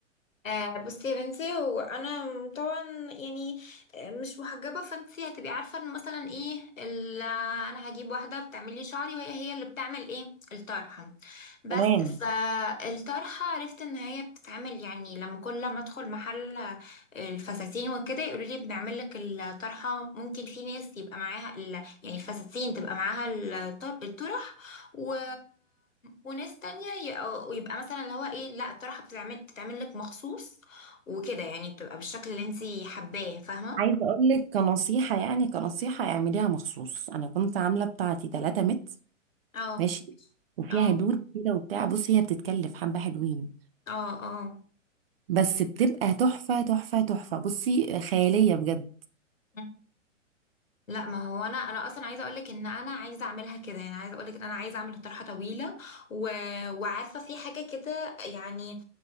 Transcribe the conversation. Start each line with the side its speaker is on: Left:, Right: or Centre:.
Left: آه بصي يا بنتي هو انا طبعا يعني آه، مش محجبه فانتي هتبقي عارفه ان مثلا ايه ال- انا هجيب واحده بتعمل لي شعري وهي هي اللي بتعمل ايه الطرحه بس
Right: تمام
Left: فالطرحة عرفت ان هي بتتعمل يعني لما كل ما ادخل محل الفساتين وكده يقولوا لي بنعمل لك الطرحة ممكن في ناس يبقى معاها ال... يعني الفساتين تبقى معاها الطر... الطرح و... وناس تانية ي... ويبقى مثلا اللي هو ايه لا الطرحة بتتعمل بتتعمل لك مخصوص وكده يعني بتبقى بالشكل اللي انتي حباه فاهمة
Right: عايزه اقول لك كنصيحه يعني كنصيحه اعمليها مخصوص انا كنت عامله بتاعتي 3 متر
Left: اه
Right: ماشي وفيها
Left: اه
Right: دود كده وبتاع بصي هي بتتكلف حبه حلوين
Left: اه
Right: بس بتبقى تحفه تحفه تحفه بصي خياليه بجد
Left: اه لا ما هو انا انا اصلا عايزه اقولك ان انا عايزه اعملها كده يعني عايزه اقولك ان انا عايزه اعمل طرحه طويله و... وعارفه في حاجه كده يعني